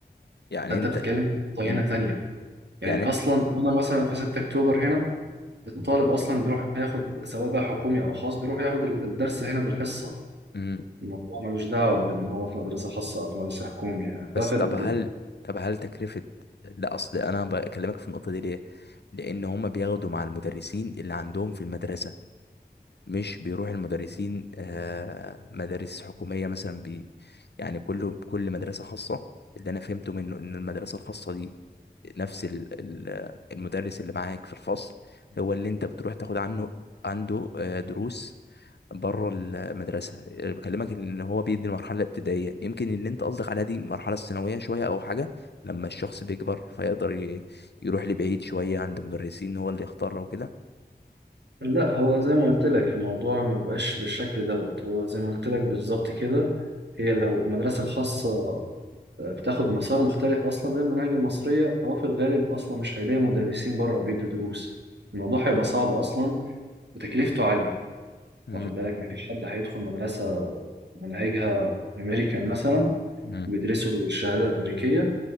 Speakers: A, on the left; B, on the right.
A: يعني
B: فأنت
A: انت
B: بتتكلم في خطة هنا
A: انت
B: تانية يعني
A: يعني انت
B: أصلا أنا مثلا في 6 أكتوبر هنا الطالب أصلا بيروح ياخد سواء بقى حكومي أو خاص بيروح ياخد الدرس هنا بالحصة
A: مم.
B: الموضوع ملوش دعوة بإن هو في مدرسة خاصة أو في مدرسة حكومية يعني هتاخد
A: بس طب هل طب هل تكلفة لا اصل انا بكلمك في النقطة دي ليه لان هما بياخدوا مع المدرسين اللي عندهم في المدرسة مش بيروح المدرسين آه مدارس حكومية مثلا بي يعني كله كل مدرسة خاصة اللي انا فهمته منه ان المدرسة الخاصة دي نفس ال- ال- المدرس اللي معاك في الفصل هو اللي انت بتروح تاخد عنه عنده آه، دروس بره المدرسه أنا بكلمك ان هو بيدي المرحله الابتدائيه يمكن اللي انت قصدك عليها دي المرحله الثانويه شويه او حاجه لما الشخص بيكبر فيقدر ي- يروح لبعيد شويه عند مدرسين هو اللي يختاره وكده
B: لا هو زي ما قلت لك الموضوع ما بقاش بالشكل دوت هو زي ما قلت لك بالظبط كده هي لو المدرسة الخاصة آه، بتاخد مسار مختلف أصلا غير المناهج المصرية فهو في الغالب أصلا مش هيلاقي مدرسين بره بيدوا دروس الموضوع هيبقى صعب أصلا وتكلفته عالية
A: مم.
B: واخد بالك مفيش حد هيدخل مدرسة مناهجها أمريكان مثلا
A: مم.
B: بيدرسوا الشهادة الأمريكية